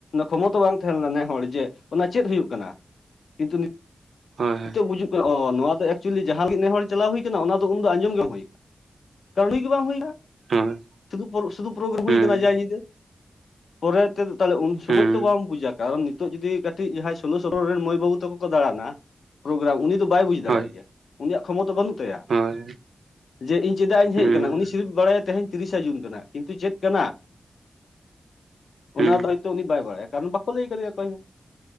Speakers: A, on the left (about 85°); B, on the right (about 85°).
A: ᱠᱷᱚᱢᱚᱛᱟ ᱵᱟᱝ ᱛᱟᱦᱮᱸᱞᱮᱱᱟ ᱱᱮ ᱦᱚᱲ ᱡᱮ ᱚᱱᱟ ᱪᱮᱫ ᱦᱩᱭᱩᱜ ᱠᱟᱱᱟ᱾ ᱠᱤᱱᱛᱩ
B: ᱦᱳᱭ
A: ᱱᱤᱛᱚᱜ ᱵᱩᱡᱩᱜ ᱠᱟᱱᱟ ᱚᱻ ᱱᱚᱣᱟ ᱫᱚ ᱮᱠᱪᱩᱭᱮᱞᱤ ᱡᱟᱦᱟᱸ ᱢᱤᱫ ᱱᱮ ᱦᱚᱲ ᱪᱟᱞᱟᱣ ᱦᱩᱭ ᱟᱠᱟᱱᱟᱱᱟ ᱚᱱᱟ ᱫᱚ ᱩᱱᱫᱚ ᱟᱸᱡᱚᱢ ᱜᱮᱢ ᱦᱩᱭ ᱟᱠᱟᱱᱟ ᱠᱟᱨᱚᱱ ᱜᱮ ᱵᱟᱝ ᱦᱩᱭ ᱟᱠᱟᱱᱟ
B: ᱦᱳᱭ ᱦᱳᱭ
A: ᱥᱩᱫᱩ ᱥᱩᱫᱩ ᱯᱨᱳᱜᱨᱟᱢ
B: ᱦᱩᱸ
A: ᱦᱩᱭᱟᱠᱟᱱᱟ ᱡᱟ ᱧᱤᱫᱟᱹ ᱯᱚᱨᱮ ᱟᱦᱚᱞᱮ ᱩᱱ ᱥᱚᱢᱚᱭ
B: ᱦᱩᱸ
A: ᱛᱚ ᱵᱟᱢ ᱵᱩᱡᱟ ᱠᱟᱨᱚᱱ ᱱᱤᱛᱚᱜ ᱡᱩᱫᱤ ᱠᱟᱹᱴᱤᱡ ᱡᱟᱦᱟᱸᱭ ᱥᱳᱞᱳ ᱥᱚᱛᱮᱨᱳ ᱨᱮᱱ ᱢᱟᱹᱭ ᱵᱟᱹᱵᱩ ᱛᱟᱠᱚ ᱠᱚ ᱫᱟᱲᱟᱱᱟ ᱯᱨᱳᱜᱨᱟᱢ ᱩᱱᱤ ᱫᱚ ᱵᱟᱭ ᱵᱩᱡᱽ ᱫᱟᱲᱭᱟᱜ
B: ᱦᱳᱭ
A: ᱜᱮᱭᱟ ᱩᱱᱤᱭᱟᱜ ᱠᱷᱚᱵᱚᱨ ᱫᱚ ᱵᱟᱹᱱᱩᱜᱼᱟ
B: ᱦᱳᱭ
A: ᱡᱮ ᱤᱧ ᱪᱮᱫᱟᱜ ᱤᱧ ᱦᱮᱡ
B: ᱦᱩᱸ
A: ᱟᱠᱟᱱᱟ ᱩᱱᱤ ᱥᱤᱨᱯ ᱵᱟᱲᱟᱭᱟ ᱛᱮᱦᱮᱧ ᱛᱤᱨᱤᱥᱟ ᱡᱩᱱ ᱠᱟᱱᱟ ᱠᱤᱱᱛᱩ ᱪᱮᱫ ᱠᱟᱱᱟ ᱚᱱᱟ
B: ᱦᱩᱸ
A: ᱫᱚ ᱦᱚᱭᱛᱳ ᱩᱱᱤ ᱵᱟᱭ ᱜᱚᱲᱟᱭᱟ ᱠᱟᱨᱚᱱ ᱵᱟᱠᱚ ᱞᱟᱹᱭ ᱟᱠᱟᱫᱮᱧᱭᱟ ᱚᱠᱚᱭ ᱦᱚᱸ